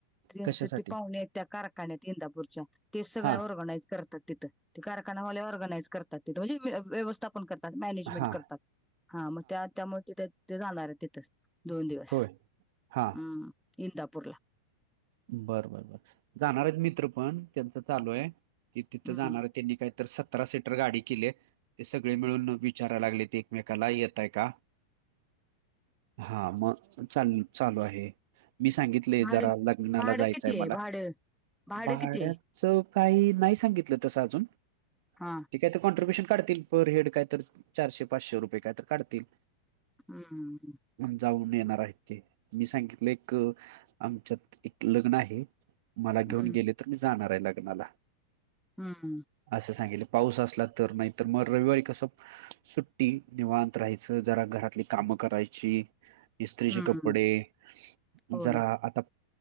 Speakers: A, in the centre; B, on the right.
A: त्यांच
B: कशासाठी
A: ते पाहुणे आहेत त्या कारखान्यात इंदापूरच्या ते सगळ्या
B: हा
A: ऑर्गनाइज करतात तिथं ते कारखानावाले ऑर्गनाइज करतात तिथ म्हणजे व्य व्यवस्थापन करतात मॅनेजमेंट
B: हा
A: करतात हा मग त्या त्यामुळ तिथ ते जाणार आहेत तिथं दोन दिवस
B: होय हा
A: हम्म इंदापूरला
B: बर बर बर जाणार आहेत मित्र पण त्यांच चालू आहे की तिथं
A: हम्म
B: जाणार आहेत त्यांनी काही तर सतरा सीटर गाडी केली आहे ते सगळे मिळून विचारयला लागलेती एकाला येताय का हा मग चाल चालू आहे मी सांगितलय
A: भाडं
B: जरा लग्नाला
A: भाडं
B: जायचंय
A: किती
B: मला
A: आहे भाडं भाडं
B: भाड्याचं
A: किती आहे
B: काही नाही सांगितलं तसं अजून ते
A: हा
B: काय तर कॉन्ट्ररीब्युशन काढतील पर हेड काय तर चारशे पाचशे रुपये काय तर काढतील
A: हम्म
B: जाऊन येणार आहेत की मी सांगितलय एक आमच्यात एक लग्न आहे मला घेऊन
A: हम्म
B: गेले तर मी जाणार आहे लग्नाला
A: हम्म
B: असं सांगितलं पाऊस असला तर नाही तर मग रविवारी कसं सुट्टी निवांत राहायचं जरा घरातली कामं करायची इस्त्रीचे
A: हम्म
B: कपडे मग
A: होय
B: जरा आता